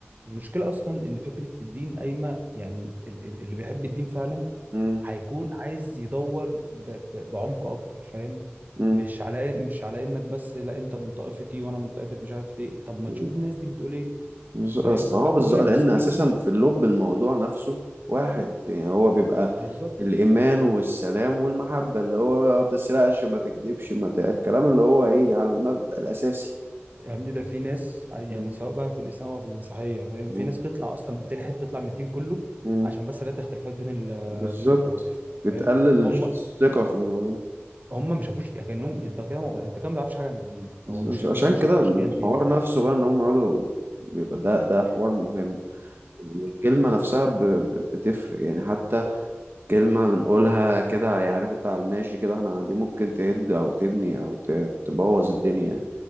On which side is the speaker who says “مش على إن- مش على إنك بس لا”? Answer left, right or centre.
Right